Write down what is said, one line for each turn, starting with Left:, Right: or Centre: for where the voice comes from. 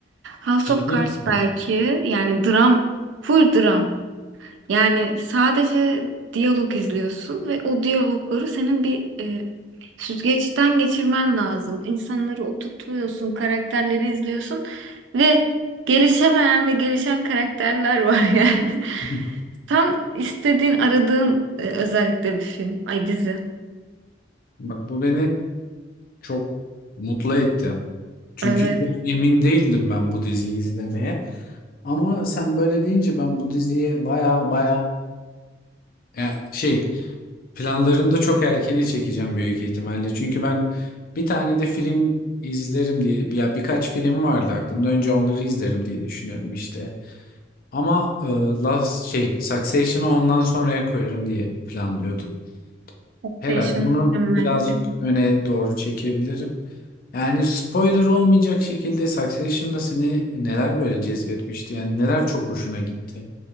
Right: House
Left: Ciddi
Right: of Cards
Left: misin?
Right: belki yani dram, full dram. Yani sadece diyalog izliyorsun ve o diyalogları senin bir e, süzgeçten geçirmen lazım. İnsanları oturtuyorsun, karakterleri izliyorsun ve gelişemeyen ve gelişen karakterler var <laughs> yani.
Left: <laughs>
Right: Tam istediğin, aradığın e, özellikle bir film. Ay dizi.
Left: Bak bu beni çok mutlu etti. Çünkü
Right: Evet.
Left: çok emin değildim ben bu diziyi izlemeye. Ama sen böyle deyince ben bu diziye baya baya ya şey planlarımda çok erkene çekeceğim büyük ihtimalle. Çünkü ben bir tane de film izlerim diye ya birkaç film vardı aklımda. Önce onları izlerim diye düşünüyordum işte. Ama e, Last şey Succession'ı ondan sonraya koyarım diye planlıyordum.
Right: Taxation
Left: Herhalde bunu
Right: mükemmel.
Left: birazcık
Right: Evet.
Left: öne doğru çekebilirim. Yani spoiler olmayacak şekilde Succession'da seni neler böyle cezbetmişti? Yani neler çok hoşuna gitti?